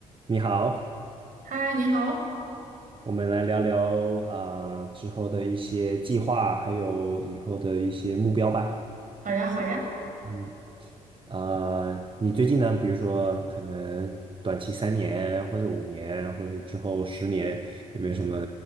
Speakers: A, on the right; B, on the right.
A: 你好，
B: 嗨，你好，
A: 我们来聊聊啊、呃之后的一些计划，还有以后的一些目标吧。
B: 好呀，好呀，
A: 嗯，啊，你最近呢，比如说可能短期三年，或者五年，或者是之后十年，有没有什么